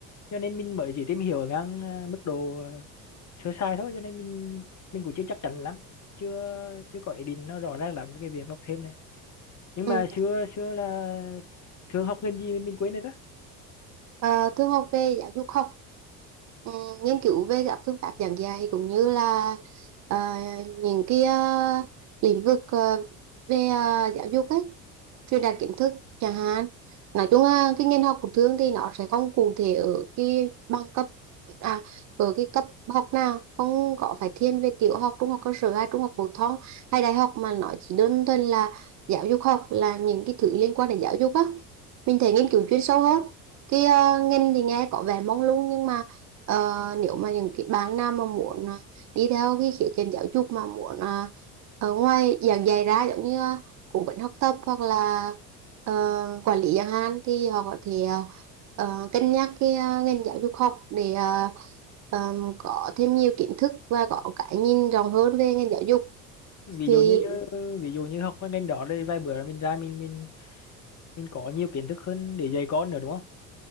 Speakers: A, on the left (about 35°); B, on the right (about 35°).
A: cho nên mình mới chỉ tìm hiểu ở ngang à, mức độ à, sơ sài thôi cho nên mình mình cũng chưa chắc chắn lắm chưa chưa có ý định nó rõ ràng lắm với cái việc học thêm này nhưng
B: ừ.
A: mà xưa xưa là thường học ngành gì mình mình quên rồi đó
B: Ờ, thương học về giáo dục học ừ, nghiên cứu về các phương pháp giảng dạy cũng như là ờ, những cái ờ, lĩnh vực ờ, về ờ, giáo dục ấy truyền đạt kiến thức chẳng hạn nói chung là cái ngành học của Thương thì nó sẽ không cụ thể ở cái bằng cấp à ở cái cấp học nào không có phải thiên về tiểu học trung học cơ sở hay trung học phổ thông hay đại học mà nó chỉ đơn thuần là giáo dục học là những cái thứ liên quan đến giáo dục á mình thấy nghiên cứu chuyên sâu hơn cái uh, ngành thì nghe có vẻ mông lung nhưng mà ờ, nếu mà những cái bạn nào mà muốn à, đi theo cái khía cạnh giáo dục mà muốn à, ở ngoài giảng dạy ra giống như à, cũng vẫn học tập hoặc là ờ, quản lý chẳng hạn thì họ có thể uh, cân nhắc cái à, ngành giáo dục học để à, ờm, có thêm nhiều kiến thức và có cái nhìn rộng hơn về ngành giáo dục
A: ví
B: thì
A: dụ như, như ví dụ như học cái ngành đó đây vài bữa mình ra mình mình mình có nhiều kiến thức hơn để dạy con nữa đúng không